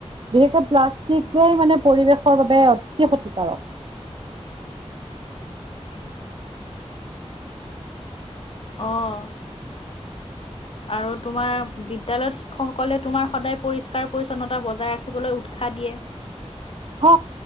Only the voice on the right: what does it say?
বিশেষকে প্লাষ্টিকোৱে মানে পৰিৱেশৰ বাবে অতি ক্ষতিকাৰক
অ